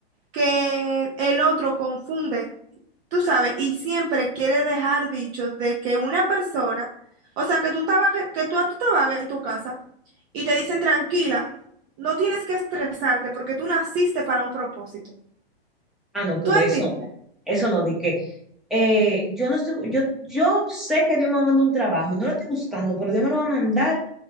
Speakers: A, on the right; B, in the centre.
A: que el otro confunde, tú sabes, y siempre quiere dejar dicho de que una persona, o sea, que tú te vagas- que tú, tú te vagas en tu casa y te dicen tranquila, no tienes que estresarte porque tú naciste para un propósito.
B: Ah, no, tú
A: ¿Tú
B: ves
A: entiendes?
B: eso. no. Eso no, di que eh, yo no estoy, yo, yo sé que Dios me manda un trabajo y no lo estoy buscando, pero Dios me lo va a mandar